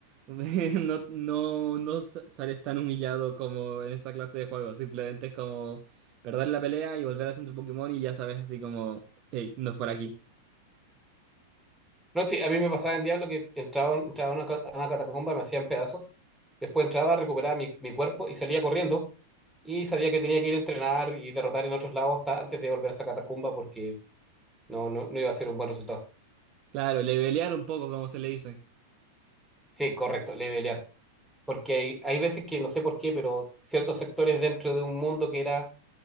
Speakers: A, on the right; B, in the centre.
A: <laughs> No, no, no sa- sales tan humillado como en esa clase de juegos, simplemente es como perder la pelea y volver al centro Pokémon y ya sabes así como, hey, no es por aquí.
B: No, sí, a mí me pasaba en Diablo que entraba, entraba a una, ca- a una catacumba, me hacían pedazos, después entraba, recuperaba mi, mi cuerpo y salía corriendo y sabía que tenía que ir a entrenar y derrotar en otros lados hasta antes de volver a esa catacumba porque no, no, no iba a ser un buen resultado.
A: Claro, levelear un poco, como se le dice.
B: Sí, correcto, levelear. Porque hay, hay veces que no sé por qué, pero ciertos sectores dentro de un mundo que era